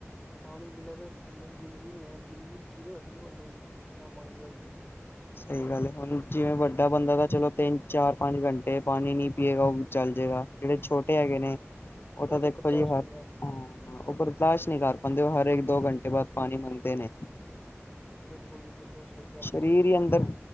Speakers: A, in the centre; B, on the left (about 50°).
A: ਪਾਣੀ ਬਿਨਾਂ ਤਾਂ ਬੰਦੇ ਦੀ ਜ਼ਿੰਦਗੀ ਨੀ ਹੈ ਜ਼ਿੰਦਗੀ ਜੀਰੋ ਹੈਗੀ ਆ ਬੰਦੇ ਦੀ, ਬਿਨਾਂ ਪਾਣੀ ਤੇ
B: ਸਹੀ ਗੱਲ ਹੈ ਹੁਣ ਜਿਵੇਂ ਵੱਡਾ ਬੰਦਾ ਤਾਂ ਚਲੋ ਤਿੰਨ ਚਾਰ ਪੰਜ ਘੰਟੇ ਪਾਣੀ ਨੀ ਪੀਏਗਾ ਉਹ ਚੱਲ ਜਾੇਗਾ ਜਿਹੜੇ ਛੋਟੇ ਹੈਗੇ ਨੇ, ਉਹ ਤਾਂ ਦੇਖੋ
A: ਬਰਦਾਸ਼ਤ
B: ਜੀ ਹ ਹਾਂ-
A: ਨਹੀਂ ਕਰ ਸਕਦੇ
B: ਉਪਰ ਬਰਦਾਸ਼ ਨਹੀਂ ਕਰ ਪਾਉਂਦੇ ਉਹ ਹਰ ਇੱਕ ਦੋ ਘੰਟੇ ਬਾਅਦ ਪਾਣੀ ਮੰਗਦੇ ਨੇ
A: ਬਿਲਕੁਲ ਜੀ ਬਿਲਕੁਲ ਸਹੀ ਗੱਲ ਤੁਹਾਡੀ
B: ਸਰੀਰ ਵੀ ਅੰਦਰ